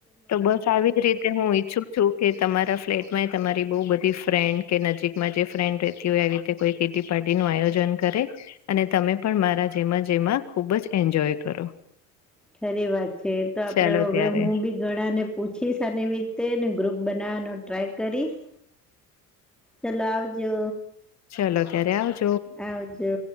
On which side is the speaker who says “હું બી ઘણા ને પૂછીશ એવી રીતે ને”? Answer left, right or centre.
Centre